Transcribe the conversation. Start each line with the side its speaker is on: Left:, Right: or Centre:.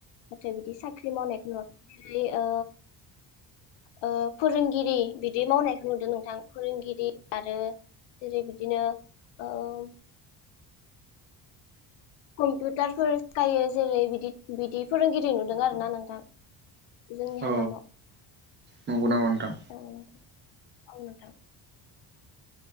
Left: नाथाय बिदि साख्रि मावनायखौ नुवाखै जेरै ओ ओ फोरोंगिरि बिदि मावनायखौ नुदों नोंथां फोरोंगिरि आरो जेरै बि बिदिनो ओ कम्पिउटारफोर सिखायो जेरै बिदि बिदि फोरोंगिरि नुदों आरोना नोंथां जोंनि
Right: अ
Left: हालामाव
Right: नंगौ नामा नोंथां?
Left: औ नोंथां औ नोंथां।